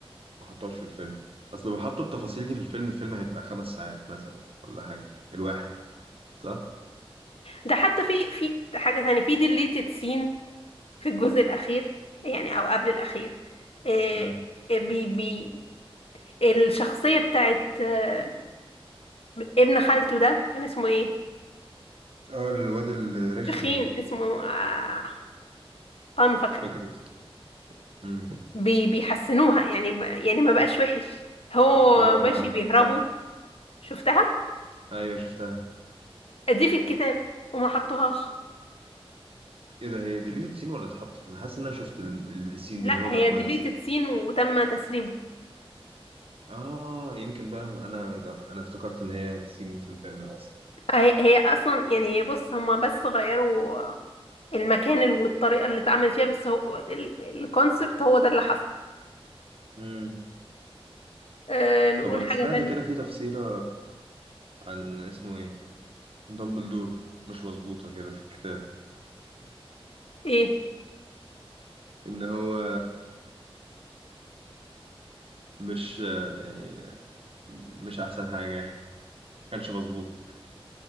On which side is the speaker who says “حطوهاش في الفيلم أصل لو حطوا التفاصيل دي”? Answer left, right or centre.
Right